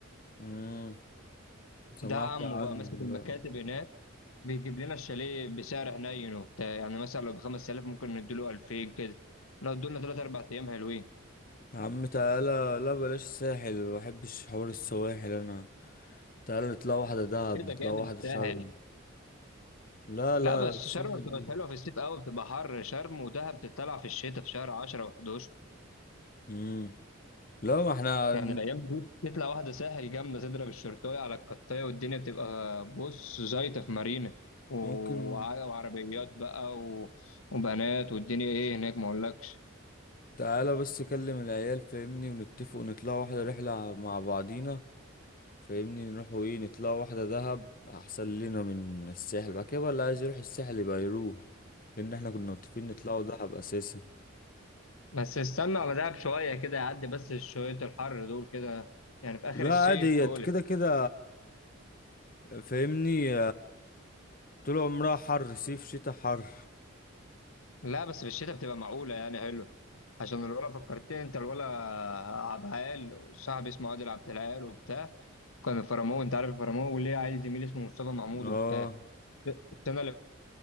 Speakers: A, on the left; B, on the left.
A: امم سمعت
B: ده عمه
A: عنه
B: بقى ماسك المكاتب
A: ده.
B: هناك بيجيب لنا الشاليه بسعر حنين وبتاع يعني مثلا لو ب 5000 ممكن نديله 2000 كده نقعد لنا 3 4 ايام حلوين
A: يا عم تعالى لا بلاش ساحل ما بحبش حوار السواحل انا تعالى نطلع واحدة دهب
B: ايه
A: نطلع
B: ده جامد
A: واحدة شرم
B: سهل
A: لا
B: لا
A: لا
B: بس
A: الساحل
B: شرم بتبقى
A: دي
B: حلوه في الصيف قوي بتبقى حر شرم ودهب بتطلع في الشتاء في شهر 10 و11
A: امم لا ما احنا
B: يعني
A: ن-
B: الايام دي تطلع واحده ساحل جامده تضرب الشرطايه على القطايه والدنيا بتبقى بص زيطه في مارينا و-
A: ممكن
B: وع- وعربيات بقى و... وبنات والدنيا ايه هناك ما اقولكش
A: تعالى بس كلم العيال فاهمني ونتفق ونطلع واحدة رحلة مع بعضينا فاهمني نروحوا ايه نطلع واحدة دهب احسن لنا من الساحل بعد كده بقى اللي عايز يروح الساحل يبقى يروح لان احنا كنا متفقين نطلعوا دهب اساسا
B: بس استنى على دهب شوية كده يعدي بس شوية الحر دول كده يعني في آخر
A: لا
B: الصيف
A: عادي
B: خالص
A: هي كده كده فاهمني طول عمرها حر صيف شتاء حر
B: لا بس في الشتاء بتبقى معقولة يعني حلو عشان الولا فكرتني انت الولا عبد العال صاحبي اسمه عادل عبد العال وبتاع كان الفرامو انت عارف الفرامو وليه عيل زميلي اسمه مصطفى محمود
A: اه
B: وبتاع السنة اللي